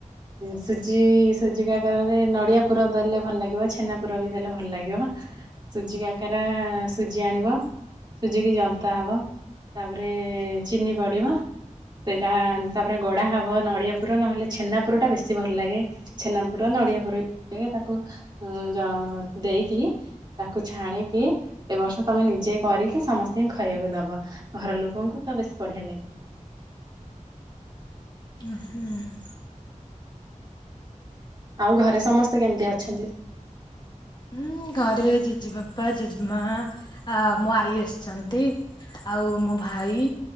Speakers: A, on the right; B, on the left.
A: ସୁଜି ସୁଜି କାକାରାରେ ନଡ଼ିଆ ପୁର ଦେଲେ ଭଲ ଲାଗିବ, ଛେନା ପୁର ବି ଦେଲେ ଭଲ ଲାଗିବ। ସୁଜି କାକାରା ସୁଜି ଆଣିବ। ସୁଜିକି ଜନ୍ତା ହବ, ତାପରେ ଚିନି ପଡ଼ିବ। ସେଇଟା ତାପରେ ଗଡା ହବ ନଡ଼ିଆ ପୁର ନହେଲେ ଛେନା ପୁର ଟା ବେଶୀ ଭଲ ଲାଗେ ଛେନା ପୁର ନଡ଼ିଆ ପୁର <unintelligible> ତାକୁ ଉଁ ଯ ଦେଇକି ତାକୁ ଛାଣିକି ଏ ବର୍ଷ ତମେ ନିଜେ କରିକି ସମସ୍ତିଙ୍କି ଖାଇବାକୁ ଦବ, ଘର ଲୋକଙ୍କୁ ତ ବେଶୀ ବଢିଆ ଲାଗିବ।
B: <inaudible>
A: ଆଉ ଘରେ ସମସ୍ତେ କେମିତି ଅଛନ୍ତି?
B: ହୁଁ ଘରେ ଜେଜେ ବାପା ଜେଜେ ମା ଆ ମୋ ଆଈ ଆସିଛନ୍ତି। ଆଉ ମୋ ଭାଇ